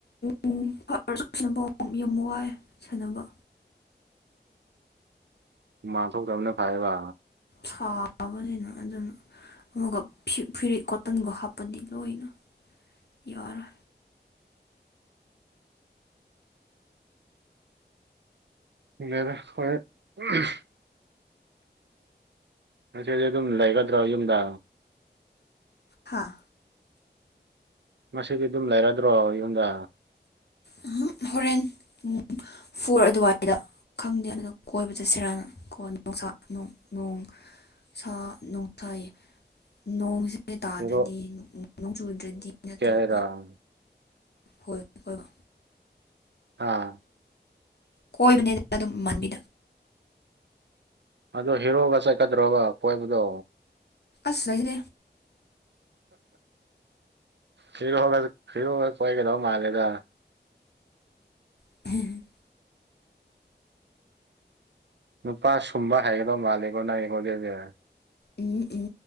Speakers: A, on the left (about 65°); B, on the right (about 75°).
A: ꯎꯝ ꯐꯔꯁꯨꯅꯕ ꯌꯥꯝ ꯋꯥꯏ ꯁꯥꯟꯅꯕ
B: ꯍꯨꯃꯥꯡ ꯊꯣꯛꯇꯕꯅ ꯐꯩꯌꯦꯕ
A: ꯁꯥꯕꯅꯤꯅ ꯑꯗꯨꯅ ꯑꯃꯨꯒ ꯐꯤꯌꯨ ꯐꯨꯔꯤꯛ ꯀꯣꯇꯟꯒ ꯍꯥꯞꯄꯗꯤ ꯂꯣꯏꯅ ꯌꯥꯔꯣꯏ
B: <unintelligible> ꯉꯁꯤꯗꯤ ꯑꯗꯨꯝ ꯂꯩꯒꯗ꯭ꯔꯣ ꯌꯨꯝꯗ
A: ꯍꯥꯥ
B: ꯉꯁꯤꯗꯤ ꯑꯗꯨꯝ ꯂꯩꯔꯗ꯭ꯔꯣ ꯌꯨꯝꯗ
A: ꯎꯝꯍꯨꯝ ꯍꯣꯔꯦꯟ ꯄꯨꯡ ꯐꯣꯔ ꯑꯗꯨꯋꯥꯏꯗ ꯈꯪꯗꯦ ꯑꯗꯨꯗ ꯀꯣꯏꯕ ꯆꯠꯁꯤꯔꯅ ꯀꯣꯟꯅ ꯅꯨꯡꯁꯥ ꯅꯣꯡ ꯅꯣꯡ ꯁꯥ ꯅꯣꯡꯁꯥ ꯌꯥ ꯅꯣꯡꯖꯤ ꯅ ꯇꯥꯗ꯭ꯔꯗꯤ
B: ꯍꯦꯔꯣ
A: ꯅꯣꯡ ꯆꯨꯗ꯭ꯔꯗꯤ ꯅꯠꯇ꯭ꯔꯒ
B: ꯔꯥ
A: ꯍꯣꯏ ꯀꯣꯏꯕ
B: ꯑꯥ
A: ꯀꯣꯏꯕꯅꯦꯗꯅ ꯑꯗꯨꯝ ꯃꯥꯟꯕꯤꯗꯣ
B: ꯑꯗꯣ ꯍꯦꯔꯣꯒ ꯆꯠꯀꯗ꯭ꯔꯣꯒ ꯀꯣꯏꯕꯗꯣ
A: ꯑꯁ ꯂꯩꯇꯦ
B: ꯐꯔꯣꯒ ꯐꯤꯔꯣꯒ ꯀꯣꯏꯒꯗꯧ ꯃꯥꯜꯂꯦꯗ
A: <inaudible>
B: ꯅꯨꯄꯥ ꯁꯨꯝꯕ ꯍꯥꯏꯒꯗꯧ ꯃꯥꯜꯂꯦꯀꯣ ꯅꯪ ꯈꯣꯟꯖꯦꯜꯁꯦ
A: ꯎꯝ ꯎꯝ